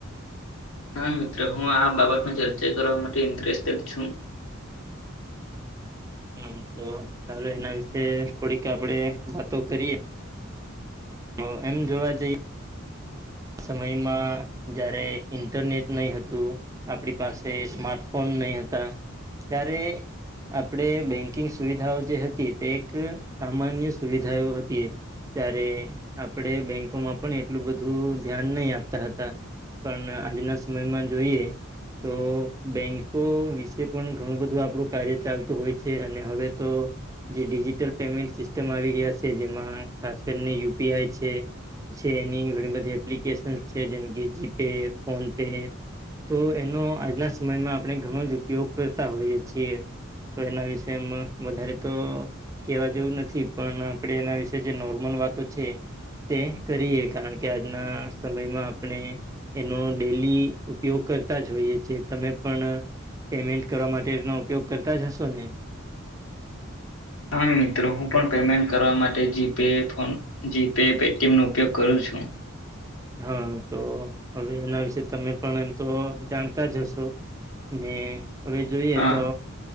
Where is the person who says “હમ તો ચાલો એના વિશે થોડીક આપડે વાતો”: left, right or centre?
Right